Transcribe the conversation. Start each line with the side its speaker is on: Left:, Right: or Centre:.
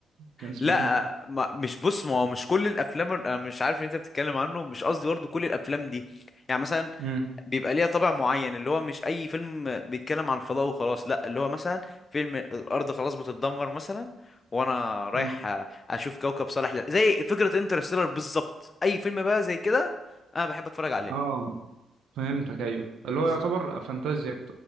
Right: كان اسمها
Left: لا
Right: ايه
Left: ما مش بص ما هو مش كل الافلام انا مش عارف ان انت بتتكلم عنه مش قصدي برضه كل الافلام دي يعني مثلا
Right: امم
Left: بيبقى ليها طابع معين اللي هو مش اي فيلم بيتكلم عن الفضاء وخلاص لا اللي هو مثلا فيلم الارض خلاص بتتدمر مثلا وانا رايح
Right: امم
Left: أ- اشوف كوكب صالح لل... زي فكرة انترستيلر بالظبط اي فيلم بقى زي كده انا بحب اتفرج عليه
Right: اه فهمتك ايوه اللي
Left: بالظبط
Right: هو يعتبر فانتازيا